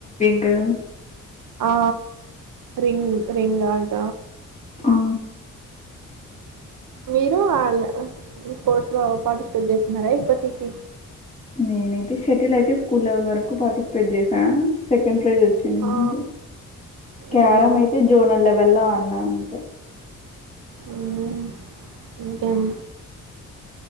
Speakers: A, on the left; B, on the right.
A: అడు
B: ఆ రింగ్ రింగ్ ఆట
A: ఆ
B: మీరు అల్ స్పోర్ట్స్ లో పార్టిసిపేట్ చేస్తున్నారా ఇప్పటికి
A: నేనైతే షెటిల్ అయితే స్కూల్ లెవెల్ వరకు పార్టిసిపేట్ చేసా సెకండీ ప్రైజ్ వచ్చింది
B: ఆ
A: క్యారం
B: ఊహూ
A: అయితే జోనల్ లెవెల్ ఆడ్ డిన అంతె
B: ఉమ్ ఇంకేమ్